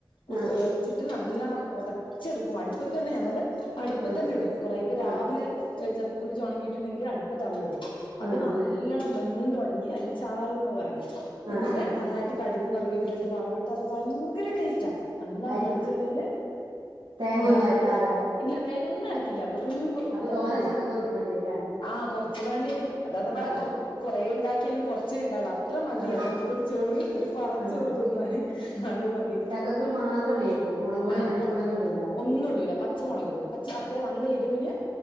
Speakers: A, on the left; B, on the right.
A: <unintelligible>
B: ആഹ്
A: വെച്ചിട്ട് നല്ലണം ഒടച്ചെടുക്കും അടുപ്പത്തന്നെ ഞങ്ങള് അടുപ്പ
B: ആഹ്
A: തന്നെ ടും കൊറേ ഇപ്പ രാവിലെ
B: ആഹ്
A: എ ചക്കക്കുരു ചൊണങ്ങിട്ടുണ്ടെങ്കില് അടു പ്പ തവിടെടും അത്
B: ആഹ്
A: നല്ലണം വെന്തൊടഞ്ഞ് അയിന് ചാറ്ന്ന പറിയ
B: ആഹ്
A: എന്നിട്ട്
B: ആഹ്
A: നന്നായിട്ട് കടുകും കറിവേപ്പിലിട്ട് വറവിട്ടാത് ഭയങ്കര ടെയ്സ്റ്റാ നല്ലണം
B: അരി
A: വെളിച്ചെണ്ണേല്
B: തേങ്ങ
A: വറവ്ട്ട്
B: ഒന്നും അരക്കാതെ
A: ഇല്ല തേങ്ങൊന്നു അര ക്കില്ല വെറും വ്
B: അപ്പൊ
A: ചക്കക്കുരു
B: തോനെ എടുക്കേണ്ടി വരുംല്ലേ
A: ആഹ് കൊർച്ച് വേണ്ട്യരും അതഥവാ
B: ആഹ്
A: കൊർ കൊറേ ണ്ടാ ലും കൊറച്ചേ ണ്ടാകുള്ളൂ അത്ര മതി
B: ആഹ്
A: അത് നമുക്ക് ഒരു ചോറ് ഒരു പറ
B: ആഹ്
A: ചോറ് തിന്നാന് അഅ് മ തി
B: ചക്കക്കുരു മാത്രം വേവിക്കും മുളക്പൊടിയോ
A: ആഹ്
B: മഞ്ഞപ്പൊടിയോ ഒന്നും ഇടൂല
A: ഒന്നുടൂല പച്ചമൊളക് ടും പച്ച അത്യാ നല്ല എരുന്